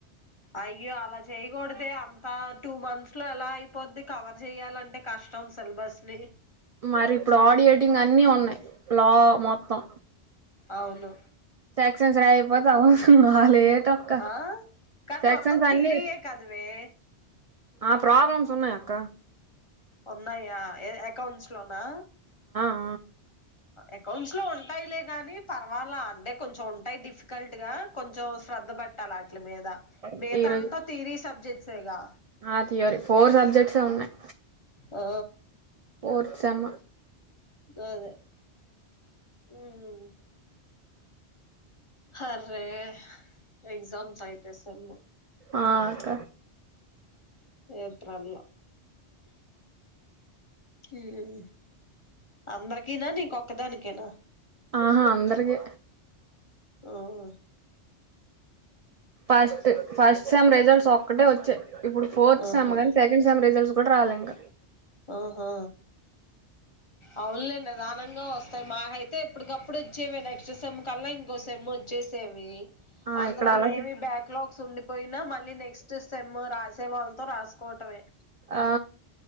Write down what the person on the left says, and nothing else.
అయ్యో అలా చేయ్యగూడదే అంత టూ మంత్స్ లో ఎలా అయిపోద్ది కవర్ చేయాలంటే కష్ట మొత్తం సిల్బస్ని
అవును
ఆ కానీ
మొత్తం థియరీయే
కదవే
ఉన్నాయా ఏ ఏ అకౌంట్స్ లో నా
అకౌంట్స్ లో ఉంటాయిలే గాని పర్వాలా అంటే కొంచెం ఉంటాయి డిఫికల్ట్ గా కొంచెం శ్ర ర్థ పెట్టాలి అట్ల మీద
మిగతా
అంతా థిరీ సబ్జెక్ట్సే ఎగా
ఆ
గాదె ఉమ్ హార్రే ఎగ్జామ్స్ అయితే సెమ్
ఏప్రిల్ లో ఉమ్ అందరికిన నీకొక్కదానికేనా
ఓహో
ఆహా
ఆహా అవునులే నిదానంగా వస్తాయి మాకైతే ఎప్పటికప్పుడు చ్చేవే నెక్స్ట్ సెమ్ కల్లా ఇంకో సేమ్ వొచ్చి సేవి
అందులో
ఏమి బ్యాక్‌లాగ్స్ ఉండిపోయినా మళ్ళీ నెక్స్ట్ సేమ్ రాసే వాళ్ళ తం రాసుకుంటమే